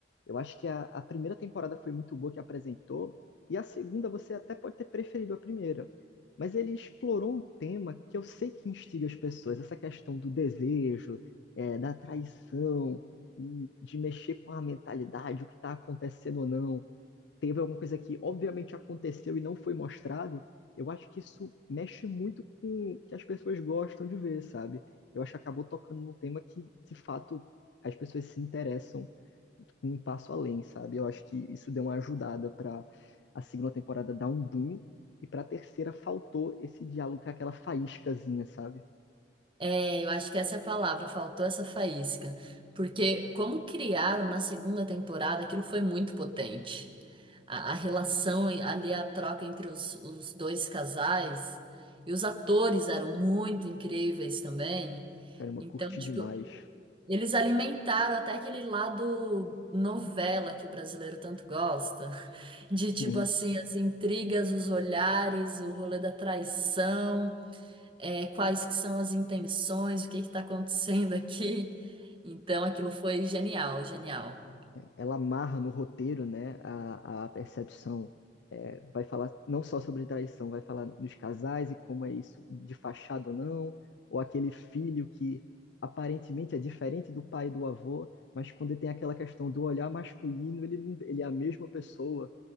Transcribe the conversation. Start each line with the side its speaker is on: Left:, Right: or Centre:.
Left: Eu acho que a, a primeira temporada foi muito boa que apresentou, e a segunda você até pode ter preferido a primeira. Mas ele explorou um tema que eu sei que instiga as pessoas, essa questão do desejo, é, da traição, e de mexer com a mentalidade, o que está acontecendo ou não teve alguma coisa que obviamente aconteceu e não foi mostrado, eu acho que isso mexe muito com o que as pessoas gostam de ver, sabe? Eu acho que acabou tocando num tema que, de fato, as pessoas se interessam com um passo além, sabe? Eu acho que isso deu uma ajudada para a segunda temporada dar um boom e para a terceira faltou esse diálogo com aquela faíscazinha, sabe?
Right: É, eu acho que essa é a palavra. Faltou essa faísca. Porque como criaram na segunda temporada, aquilo foi muito potente. A, a relação e ali, a troca entre os, os dois casais. E os atores eram muito incríveis também.
Left: Caramba,
Right: Então,
Left: curti
Right: tipo,
Left: demais.
Right: eles alimentaram até aquele lado novela que o brasileiro tanto gosta. De tipo
Left: Sim.
Right: assim, as intrigas, os olhares, o rolê da traição, é, quais que são as intenções, o que que tá acontecendo aqui. Então, aquilo foi genial, genial.
Left: ela amarra no roteiro, né, a, a percepção. É, vai falar não só sobre traição, vai falar nos casais e como é isso, de fachada ou não, ou aquele filho que aparentemente é diferente do pai e do avô, mas quando tem aquela questão do olhar masculino, ele, não- ele é a mesma pessoa.